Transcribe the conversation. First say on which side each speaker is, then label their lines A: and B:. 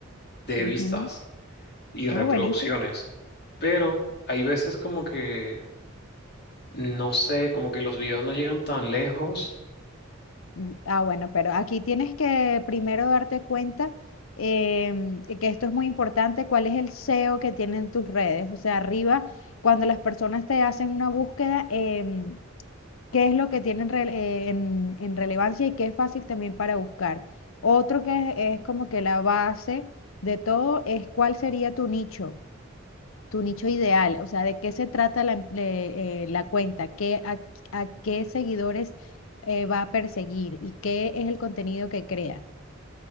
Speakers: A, on the left (about 55°); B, on the left (about 85°).
A: de
B: ujú.
A: vistas y
B: Muy
A: reproducciones,
B: buenísimo.
A: pero hay veces como que, no sé, como que los videos no llegan tan lejos
B: Mm, Ah, bueno, pero aquí tienes que primero darte cuenta em, que esto es muy importante, cuál es el SEO que tienen tus redes. O sea, arriba, cuando las personas te hacen una búsqueda, em, qué es lo que tienen rele- eh, en, en relevancia y qué es fácil también para buscar. Otro que es como que la base de todo es cuál sería tu nicho tu nicho ideal, o sea, de qué se trata la, em- le- eh, la cuenta, qué, a, a qué seguidores eh, va a perseguir y qué es el contenido que crea.